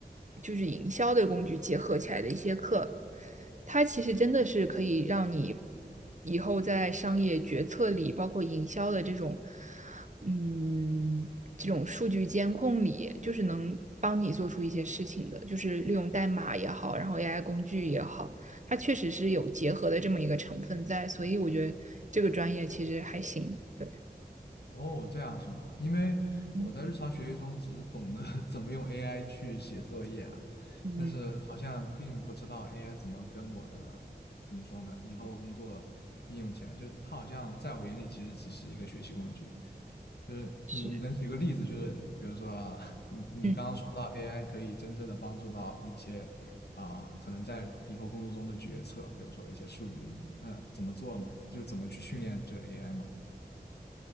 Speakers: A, on the right; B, on the left.
A: 就是营销的工具结合起来的一些课，它其实真的是可以让你以后在商业决策里，包括营销的这种，嗯，这种数据监控里，就是能帮你做出一些事情的，就是利用代码也好，然后 AI 工具也好，它确实是有结合的这么一个成分在，所以我觉得这个专业其实还行。对，
B: 哦，这样是吗？因为我在日常学习中只懂得
A: 嗯
B: <laughs> 怎么用 AI 去写作业啊，
A: 嗯
B: 但是好像并不知道 AI 怎么跟我的，怎么说呢，以后工作应用起来，就是它好像在我眼里其实只是一个学习工具。就是你能举个例子，
A: 是。
B: 就是比如说啊你你刚刚说到
A: 嗯，
B: AI 可以真正的帮助到一些啊、可能在以后工作中的决策，比如说一些数据的应用，那怎么做嘛？就是怎么去训练这个 AI 嘛？